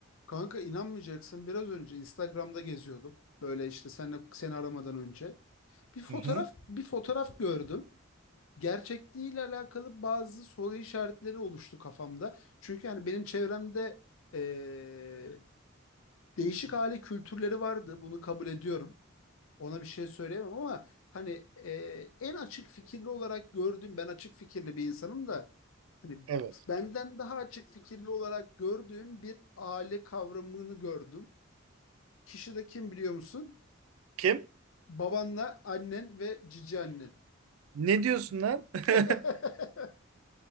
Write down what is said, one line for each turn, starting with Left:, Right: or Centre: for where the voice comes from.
Left: Kanka inanmayacaksın biraz önce Instagram'da geziyordum. Böyle işte sen seni aramadan önce. Bir fotoğraf
Right: Hı hı.
Left: bir fotoğraf gördüm. Gerçekliğiyle alakalı bazı soru işaretleri oluştu kafamda. Çünkü yani benim çevremde eee, değişik aile kültürleri vardı. Bunu kabul ediyorum. Ona bir şey söyleyemem ama hani eee, en açık fikirli olarak gördüğüm ben açık fikirli bir insanım da hani
Right: Evet.
Left: benden daha açık fikirli olarak gördüğüm bir aile kavramını gördüm. Kişi de kim biliyor musun?
Right: Kim?
Left: Babanla annen ve cici annen.
Right: Ne diyorsun lan?
Left: <laughs>
Right: <laughs>